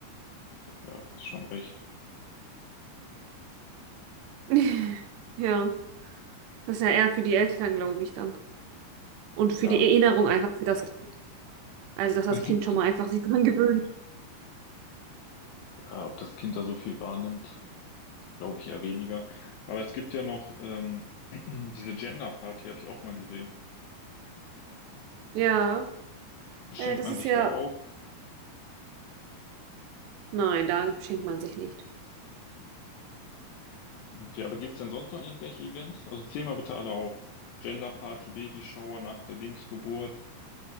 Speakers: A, on the left; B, on the right.
A: ja, du hast schon recht.
B: <laughs> Ja, das ist ja eher für die Eltern, glaube ich, dann. Und für
A: Ja.
B: die Erinnerung einfach für das Kind. Also, dass das
A: Es
B: Kind
A: gibt,
B: schon mal einfach sich dran <laughs> gewöhnt.
A: ja, ob das Kind da so viel wahrnimmt. Glaube ich eher weniger. Aber es gibt ja noch ähm, <clears throat> diese Gender Party, habe ich auch mal gesehen.
B: Ja,
A: Beschenkt
B: äh, das
A: man
B: ist
A: sich
B: ja.
A: da auch?
B: Nein, da beschenkt man sich nicht.
A: Okay, aber gibt es denn sonst noch irgendwelche Events? Also zähl mal bitte alle auf. Gender Party, Babyshower nach der Linksgeburt.